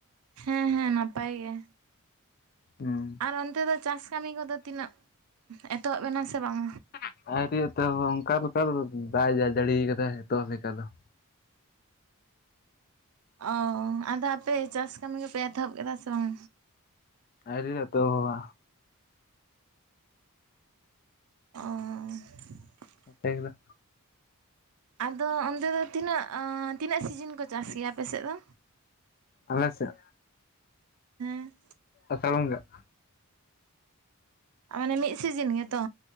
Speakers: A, on the right; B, on the left.
A: ᱦᱮᱸ ᱦᱮᱸ ᱱᱟᱯᱟᱭ ᱜᱮ
B: ᱦᱩᱸ
A: ᱟᱨ ᱚᱱᱛᱮ ᱫᱚ ᱪᱟᱥ ᱠᱟᱹᱢᱤ ᱠᱚᱫᱚ ᱛᱤᱱᱟᱹᱜ ᱩᱸᱦ ᱮᱛᱚᱦᱚᱵ ᱮᱱᱟ ᱥᱮ ᱵᱟᱝ?
B: <unintelligible> ᱛᱚ ᱚᱱᱠᱟ ᱞᱮᱠᱟ ᱫᱚ ᱵᱟᱭ ᱡᱟ ᱡᱟᱲᱤᱭᱟ ᱠᱟᱫᱟ ᱱᱤᱛᱚ ᱞᱮᱠᱟ ᱫᱚ ᱾
A: ᱚ ᱟᱫᱚ ᱟᱯᱮ ᱪᱟᱥ ᱠᱟᱹᱢᱤ ᱠᱚᱯᱮ ᱮᱛᱚᱦᱚᱵ ᱠᱮᱫᱟ ᱥᱮ ᱵᱟᱝ?
B: ᱦᱟᱣᱨᱤ ᱨᱮ ᱮᱛᱚᱦᱚᱵᱟ
A: ᱚ
B: ᱟᱯᱮ ᱜᱮᱫᱚ
A: ᱟᱫᱚ ᱚᱱᱛᱮ ᱫᱚ ᱛᱤᱱᱟᱹᱜ, ᱛᱤᱱᱟᱹᱜ ᱥᱤᱡᱤᱱ ᱠᱚ ᱪᱟᱥ ᱜᱮᱭᱟ ᱟᱯᱮᱥᱮᱜ ᱫᱚ?
B: ᱟᱞᱮᱥᱮᱫ
A: ᱦᱮᱸ
B: ᱟᱥᱟᱲ ᱵᱚᱸᱜᱟ,
A: ᱢᱟᱱᱮ ᱢᱤᱫ ᱥᱤᱡᱤᱱ ᱜᱮᱛᱚ